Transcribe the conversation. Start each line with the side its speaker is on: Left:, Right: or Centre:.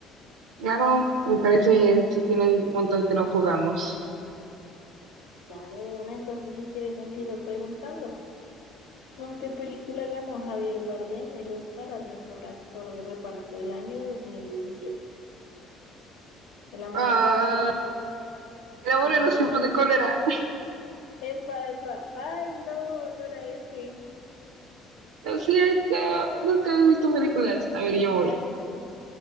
Right: Claro, me parece bien, si tienen un montón que no jugamos.
Left: Dale, de una, entonces si quieres empiezo preguntando. ¿Con qué película ganó Javier Bardem el Oscar al mejor actor de reparto del año 2017? El amor
Right: Ah,
Left: en los tiempos de
Right: el amor
Left: mar
Right: en los
Left: adentro.
Right: tiempos de cólera.
Left: Epa, epa, ay, no, no era ese.
Right: Lo siento, nunca he visto películas. A ver, yo voy.
Left: Dale tú.